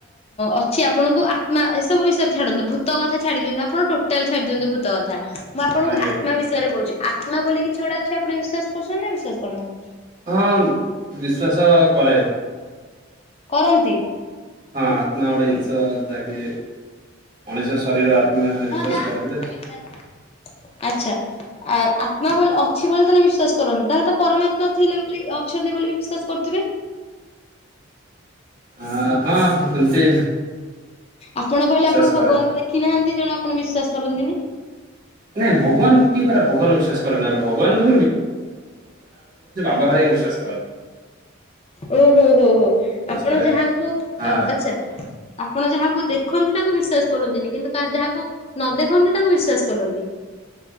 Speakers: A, on the left (about 30°); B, on the right (about 40°).
A: ଅଛି ଆପଣଙ୍କୁ ଆତ୍ମା ଏସବୁ ବିଷୟରେ ଛାଡନ୍ତୁ ଭୂତ କଥା ଛାଡି ଦିଅନ୍ତୁ ଆପଣ ଟୋଟାଲ ଛାଡି ଦିଅନ୍ତୁ ଭୂତ କଥା ମୁଁ ଆପଣଙ୍କୁ
B: ଆଜ୍ଞା
A: ଆତ୍ମା
B: ଆଜ୍ଞା
A: ବିଷୟରେ କହୁଛି। ଆତ୍ମା ବୋଲି କିଛି ଗୋଟା ଅଛି ଆପଣ ବିଶ୍ୱାସ କରୁଛନ୍ତି ନା ବିଶ୍ୱାସ କରୁନାହାନ୍ତି।
B: ହଁ ବିଶ୍ୱାସ କରେ।
A: କରନ୍ତି।
B: ହଁ ଆତ୍ମା ଗୋଟେ ଜିନିଷ ଯାହାକି ମଣିଷ ଶରୀର ଆ ତୁ ବିଶ୍ୱାସ
A: ହଁ ଯାଆନ୍ତୁ
B: କର <inaudible>
A: ଆଚ୍ଛା। ଆ ଆତ୍ମା ବୋଲି ଅଛି ବୋଲି ତାହେଲେ ବିଶ୍ଵାସ କରନ୍ତି ତାହେଲେ ତ ପରମାତ୍ମା ଥିଲେ ବୋଲି ଅଛନ୍ତି ବୋଲି ବିସ୍ୱାସ କରୁଥିବେ
B: ଅ ହଁ ସେମିତି
A: ଆପଣ କହିଲେ
B: ବିଶ୍ଵାସ
A: ଆପଣ
B: କରେ।
A: ଭଗବାନଙ୍କୁ ଦେଖିନାହାନ୍ତି। ତେଣୁ ଆପଣ ବିଶ୍ଵାସ କରନ୍ତିନି
B: ନାଇଁ ଭଗବାନଙ୍କୁ କିଏ କରେ ଭଗବାନ ବିଶ୍ୱାସ କରେ ନା ଭଗବାନଙ୍କୁ ବାହାରେ ବିଶ୍ୱାସ କରନ
A: ଓ ହୋ ହୋ ହୋ ଆପଣ
B: କରେ
A: ଯାହାଙ୍କୁ
B: ହଁ ହଁ
A: ଆଚଛା ଆପଣ ଯାହାଙ୍କୁ ଦେଖନ୍ତି ତାଙ୍କୁ ବିଶ୍ଵାସ କରନ୍ତିନି କିନ୍ତୁ ଯାହାକୁ ନ ଦେଖନ୍ତି ତାଙ୍କୁ ବିସ୍ୱାସ କରନ୍ତି।